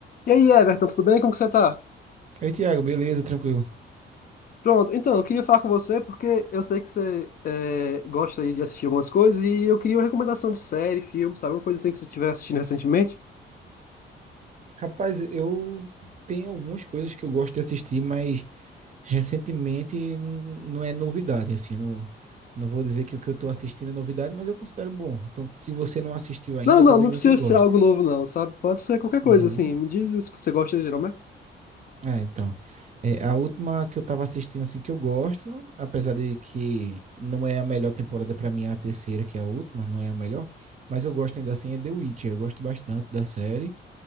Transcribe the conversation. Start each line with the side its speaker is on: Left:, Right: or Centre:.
Left: E aí, Everton, tudo bem? Como que você tá?
Right: Aí, Thiago, beleza, tranquilo.
Left: Pronto, então, eu queria falar com você porque eu sei que você é, gosta aí de assistir algumas coisas e eu queria uma recomendação de série, filme, sabe? Uma coisa assim que você estiver assistindo recentemente.
Right: Rapaz, eu tenho algumas coisas que eu gosto de assistir, mas recentemente n- não é novidade, assim, não, não vou dizer que o que eu tô assistindo é novidade, mas eu considero bom. Então, se você não assistiu ainda,
Left: Não, não,
Right: talvez
Left: não precisa
Right: você goste.
Left: ser algo novo não, sabe? Pode ser qualquer
Right: Uhum.
Left: coisa assim. Me diz o que você gosta geralmente.
Right: Ah, então. É, a última que eu tava assistindo, assim, que eu gosto, apesar de que não é a melhor temporada pra mim, é a terceira, que é a última, não é a melhor, mas eu gosto ainda assim, é The Witcher. Eu gosto bastante da série.